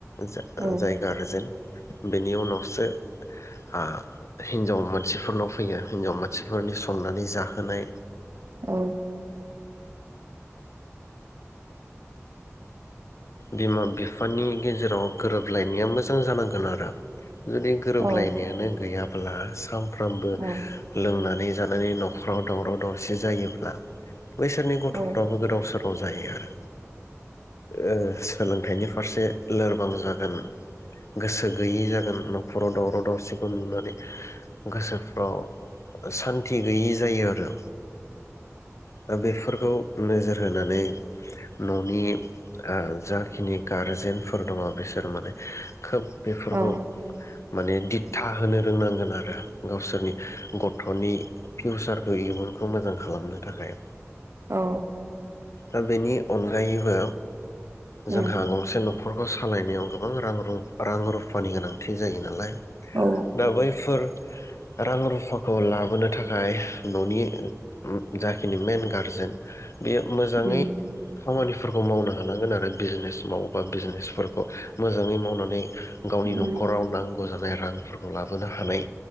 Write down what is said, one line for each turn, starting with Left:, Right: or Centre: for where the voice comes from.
Left: जा-
Right: औ
Left: जाय गारजेन बेनि उनावसो आ हिनजाव मानसिफोरनाव फैयो हिनजाव मानसिफोरनि संनानै जाहोनाय
Right: औ
Left: बिमा बिफानि गेजेराव गोरोबलायनाया मोजां जानांगोन आरो जुदि गोरोबलायनायानो
Right: औ
Left: गैया ब्ला सामफ्रामबो
Right: औ
Left: लोंना नै जानानै न'खराव दावराव दावसि जायोब्ला बैसोरनि गथ'फ्राबो
Right: औ
Left: गोदाव सोराव औ जायो आरो ओ सोलों थायनि फारसे लोरबां जा गोन गोसो गोयै जागोन न'खराव दावाव दावसिखौ नुनानै गोसोफ्राव सान्थि गैयै जायो आरो दा बेफोरखौ नोजोर होनानै न'नि आ जाखिनि गारजेनफोर दङ बिसोर माने खोब बेफोरखौ
Right: औ
Left: माने द्दिथा होनो रोंनांगोन आरो। गावसोरनि ग थ'नि फिउचारखौ इयुनखौ मोजां खालामनो थाखाय।
Right: औ
Left: दा बेनि अनगायैबो
Right: उम
Left: जोंहा गंसे न' खरखौ सालायनायाव गोबां रां रां रुफानि गोनांथि जायो नालाय
Right: औ
Left: दा बैफोर रां रुफाखौ लाबोनो थाखाय न'नि जाखिनि मेन गारजेन बेयो मोजाङै
Right: उम
Left: खामानिफोरखौ मावनो हालांगोन आरो। बिजनेस मावोबा बिजनेसफोरखौ मोजाङै मावनानै गावनि
Right: उम
Left: न'खराव नां गौ जानाय रांफोरखौ लाबोनो हानाय